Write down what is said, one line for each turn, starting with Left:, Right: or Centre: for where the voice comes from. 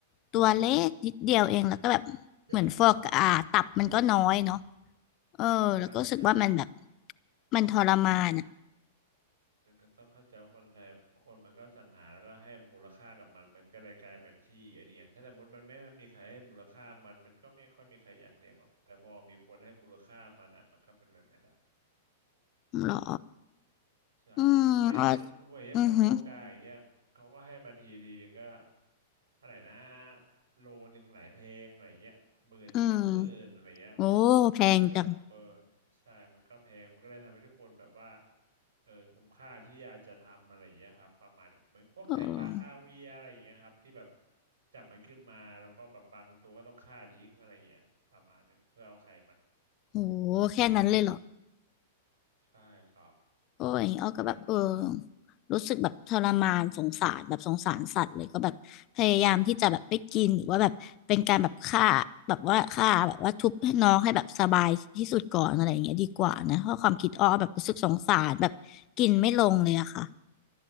Left: ตัวเล็กนิดเดียวเองแล้วก็แบบเหมือนฟอกอ่าตับมันก็น้อยเนาะ
Right: ใช่ครับ
Left: เออแล้วก็รู้สึกว่ามันแบบ
Right: ใช่ใช่
Left: มันทรมาน
Right: แต่ก็ต้องเข้าใจว่าคนไทยคนมันก็สรรหาแล้วก็ให้มูลค่ากับมันมันก็เลยกลายเป็นที่ไอเนี่ยถ้าสมมติมันไม่มีใครให้มูลค่ามันมันก็ไม่ค่อยมีใครอยากเลี้ยงหรอกแต่พอมีคนให้มูลค่ามันอ่ะมันก็เป็นแบบเนี้ยแหละ
Left: เหรอ
Right: ใช่ครับเพราะอย่างเช่นพวกเฮพวกโฟกาอย่างเงี้ยเขาก็ให้มาทีทีหนึ่งก็
Left: อืมอ้ออือหือ
Right: เท่าไหร่นะโลหนึ่งหลายเพลงอะไรเงี้ยหมื่นสองหมื่นอะไรเงี้ยคนทุกคนก็แบบเออ
Left: อืม โอ้แพงจัง
Right: ใช่มันก็แพงมันก็เลยทำให้ทุกคนแบบว่าเออคุ้มค่าที่อยากจะทำอะไรเงี้ยครับประมาณเนียเหมือนพวกไข่ปลาคาเวียร์อะไรเงี้ยครับที่แบบ
Left: เออ
Right: จับมันขึ้นมาแล้วก็แบบบางตัวก็ต้องฆ่าทิ้งอะไรเงี้ยประมาณเนี้ยเพื่อเอาไข่มัน
Left: โหแค่นั้นเลยเหรอ
Right: ใช่ครับ
Left: โอ้ยอ้อก็แบบเออ
Right: มันก็เลยประมาณ
Left: รู้สึกแบบทรมานสงสารแบบสงสารสัตว์เลยก็แบบพยายามที่จะแบบไปกินหรือว่าแบบเป็นการแบบฆ่าแบบว่าฆ่าแบบว่าทุบให้น้องให้แบบสบายที่สุดก่อนอะไรอย่างเงี้ยดีกว่านะเพราะความคิดอ้อแบบรู้สึกสงสารแบบกินไม่ลงเลยอะค่ะ
Right: อ่าเอ่อ